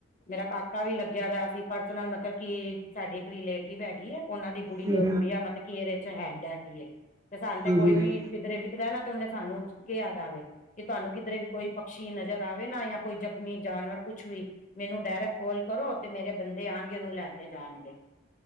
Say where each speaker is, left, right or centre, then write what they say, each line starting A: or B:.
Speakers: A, on the left; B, on the right.
A: ਮੇਰਾ ਕਾਕਾ ਵੀ ਲੱਗੇਆ ਦਾ ਅਸੀਂ ਪਰਸਨਲ ਮਤਲ ਕੀ ਸਾਡੀ ਇੱਕ ਰਿਲੇ ਟਿੱਵ ਹੈਗੀ ਐ, ਓਨਾਂ ਦੀ ਗੁਡ
B: ਹੂੰ
A: ਗੁਡੀਆ ਮਤਲ ਕੀ ਏਦੇ ਚ ਹੈਡ ਹੈਗੀ ਐ ਤੇ ਸਾਨੂੰ ਤੇ
B: ਹੂੰ
A: ਕੋਈ
B: ਹੂੰ
A: ਵੀ ਕਿੱਦਰੇ ਵਿਖਦਾ ਨਾ ਤੇ ਓਨੇ ਸਾਨੂੰ ਕਿਆ ਦਾ ਵੇ ਕਿ ਤੁਆਨੂੰ ਕਿਧਰੇ ਵੀ ਕੋਈ ਪਕਸ਼ੀ ਨਜ਼ਰ ਆਵੇ ਨਾ ਯਾਂ ਕੋਈ ਜ਼ਖ਼ਮੀ ਜਾਨਵਰ ਕੁਛ ਵੀ ਮੈਨੂੰ ਡਾਇਰੈਕਟ ਕਾੱਲ ਕਰੋ ਤੇ ਮੇਰੇ ਬੰਦੇ ਆਣਗੇ, ਓਨੂੰ ਲੈ ਕੇ ਜਾਣਗੇ।